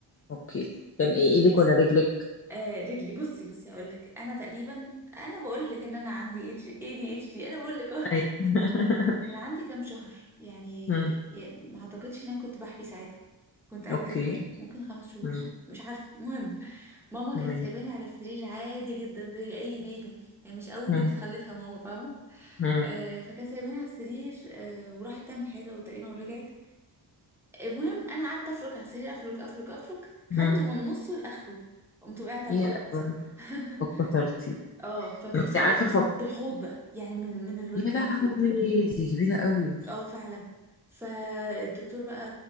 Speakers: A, on the left (about 35°); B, in the centre.
A: أوكي كان إيه إيدك ولا رجلك؟
B: <laughs> آه رجلي بصي بصي هقول لك انا تقريبا انا بقول لك ان انا عندي اتش اي دي اتش دي انا بقول لك <laughs> أهو.
A: أيوة. <laughs>
B: كان عندي كام شهر يعني
A: مم.
B: ي- ما اعتقدش ان انا كنت بحبي ساعتها كنت قبل
A: أوكي
B: كمان ممكن خمس شهور
A: مم.
B: مش عارفه المهم ماما
A: تمام
B: كانت سايباني على السرير عادي جدا زي اي بيبي يعني مش اول
A: مم.
B: بيبي تخلفها ماما فاهمه
A: مم.
B: آه، فكانت سايباني على السرير آه، وراحت تعمل حاجة وتقريبا ورجعت المهم أنا قعدت أفرك على السرير أفرك أفرك أفرك خدته
A: مم.
B: من نصه لآخره قمت وقعت على
A: يا
B: الأرض
A: لهوي
B: <laughs>
A: فكسرتي
B: اه فكسرت
A: أنت عارفة فك
B: بالحوض بقى يعني من من الورك
A: يا لهوي
B: من فوق
A: دي كبيرة قوي
B: اه فعلا فالدكتور بقى